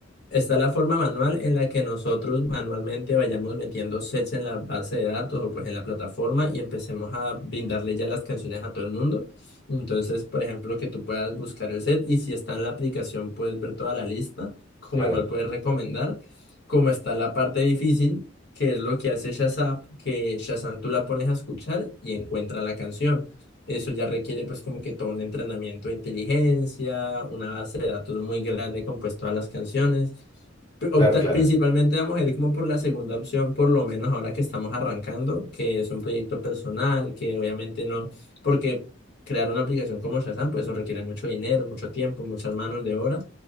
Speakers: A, on the left; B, on the left.
A: Está la forma manual en la que nosotros manualmente vayamos metiendo sets en la base de datos o pues en la plataforma y empecemos a brindarle ya las canciones a todo el mundo. Entonces, por ejemplo, que tú puedas buscar el set y si está en la aplicación puedes ver toda la lista, como
B: Claro,
A: igual puedes recomendar, como está la parte difícil, que es lo que hace Shazam, que Shazam tú la pones a escuchar y encuentra la canción. Eso ya requiere pues como que todo un entrenamiento de inteligencia, una base de datos muy grande con pues todas las canciones. Pri- opta-
B: claro, claro.
A: Principalmente vamos a ir como por la segunda opción, por lo menos ahora que estamos arrancando, que es un proyecto personal, que obviamente no, porque crear una aplicación como Shazam, pues eso requiere mucho dinero, mucho tiempo, muchas manos de obra.